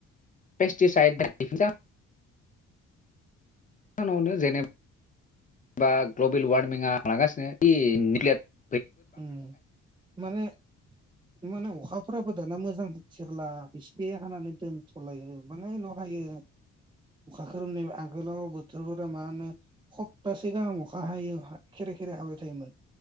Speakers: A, on the left (about 25°); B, on the right (about 15°).
A: पेस्टिसाइड। <unintelligible> <unintelligible> नावनो जेनेबा ग्लबेल वार्मिंआ लागासिनो। <unintelligible>
B: उम माने माने अखा फोराबो दाना मोजां थेरला एसे हानानै दोनथलायो बाङायल हायो अखा खोरोमनाय आगोलाव बोथोरफोरा मा होनो खप्तासे गाहाम अखा हायो खेरे खेरे हाबाय थायोमोन